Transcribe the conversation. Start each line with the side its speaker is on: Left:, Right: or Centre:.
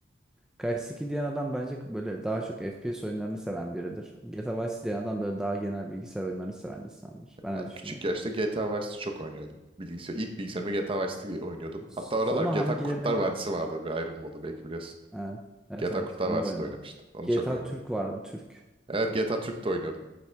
Centre: Crysis 2 diyen adam bence böyle daha çok FPS oyunlarını seven biridir. GTA Vice City diyen adam böyle daha genel bilgisayar oyunlarını seven insandır. Ben
Right: Ben
Centre: öyle düşünüyorum.
Right: küçük yaşta GTA Vice City çok oynuyordum. Bilgisayar, ilk bilgisayarımda GTA Vice City oynuyordum.
Centre: Sonra
Right: Hatta oralar GTA
Centre: hangilerinin
Right: Kurtlar Vadisi vardı bir ayrım modu belki biliyorsun.
Centre: Ha, evet
Right: GTA
Centre: evet
Right: Kurtlar
Centre: onu
Right: Vadisi
Centre: da oynadım.
Right: de oynamıştım. Onu
Centre: GTA
Right: çok oynadım.
Centre: Türk vardı Türk.
Right: Evet GTA Türk de oynuyordum.